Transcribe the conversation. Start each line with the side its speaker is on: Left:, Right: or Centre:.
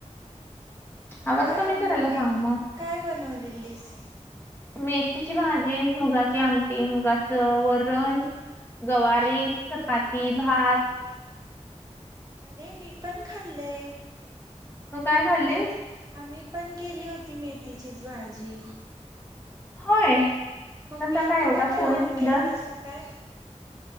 Left: आवाज
Right: काय
Left: कमी
Right: बनवली
Left: करायला सांग मग
Right: काय बनवलेलीस?
Left: मेथीची भाजी, मुगाची आमटी, मुगाचं वरण. गवारी चपाती भात.
Right: अरे मीपण खाल्ले.
Left: तू काय खाल्लीस?
Right: आम्ही पण केेली होती मेथीचीच भाजी.
Left: होय.
Right: मम्मी
Left: कसा
Right: आणि तू
Left: एवढा
Right: काय ठरवून
Left: कोइन्सिडन्स?
Right: केलत सा काय.